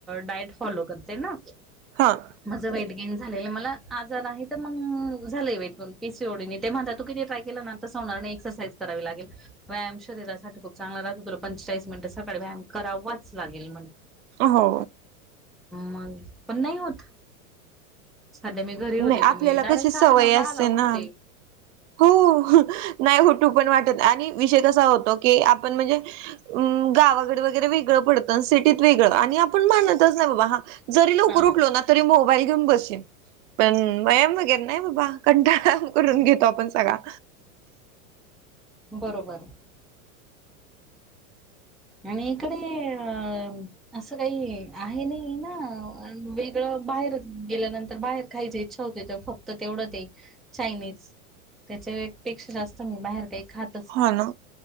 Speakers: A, in the centre; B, on the right.
A: डायट फॉलो करते ना.
B: हां.
A: माझं वेट गेन झालेलं मला आजार आहे तर मग झालंय वेट गेन पीसी ओडीने ते म्हणता तू किती ट्राय केलं ना तस होणार एक्सरसाईज करावी लागेल व्यायाम शरीरासाठी खूप चांगला. तुला पंचेचाळीस मिनट सकाळी व्यायाम करावाच लागेल म्हण.
B: हो.
A: मग पण नाही होत. सध्या मी घरी होते
B: नाही आपल्याला
A: तर मी डायरेक्ट
B: कशी
A: साडे
B: सवय
A: नऊदा
B: असते
A: आला
B: ना
A: उटते.
B: हो नाही उटू पण वाटत आणि विषय कसा होतो की आपण म्हणजे. अम गावाकडे वगैरे वेगळं पडतं सिटीत वेगळं आणि आपण मानतच नाही बाबा हा. जरी लवकर
A: हा
B: उठलो ना. तरी मोबाईल घेऊन बसे पण व्यायाम वगैरे नाही बाबा कंटाळ करून घेत कवा पण सगा.
A: बरोबर. आणि इकडे अ. असं काही आहे नाही ना वेगळं बाहेर गेल्यानंतर बाहेर. खायची इच्छा होते तर फक्त तेवढंच आहे चायनीज त्याच्या पेक्षा जास्त मी बाहेर काही खात
B: हा ना